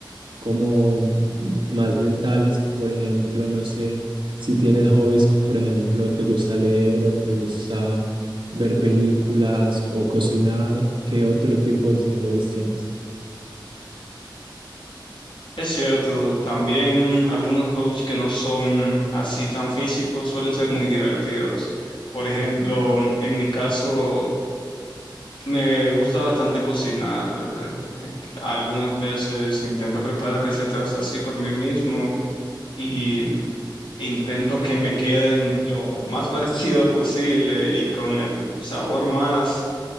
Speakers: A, on the right; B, on the left.
A: como más mentales, por ejemplo, no sé, si tienes hobbies, co- por ejemplo, te gusta leer o te gusta ver películas o cocinar, ¿qué otro tipo de hobbies tienes?
B: Es cierto, también algunos hobbies que no son así tan físicos suelen ser muy divertidos. Por ejemplo, en mi caso... Me gusta bastante cocinar. eh, Algunas veces intento preparar recetas así por mí mismo y intento que me queden lo más <laughs> parecido posible y con el sabor más,